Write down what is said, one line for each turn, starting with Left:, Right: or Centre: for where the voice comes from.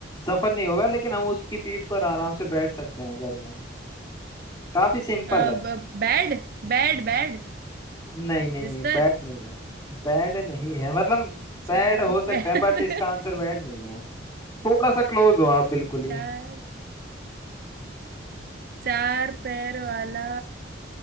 Left: सफर नहीं होगा लेकिन हम उसकी पीठ पर आराम से बैठ सकते हैं घर में काफी सिंपल
Right: अ,
Left: है
Right: ब- बेड बेड बेड
Left: नहीं नहीं
Right: बिस्तर
Left: नहीं बैड नहीं है बैड नहीं है मतलब
Right: चार
Left: बैड हो सकता
Right: पैर
Left: है बट इसका आंसर
Right: <laughs>
Left: बैड नहीं है थोड़ा सा क्लोज हो आप बिल्कुल
Right: चार
Left: ही
Right: चार पैर वाला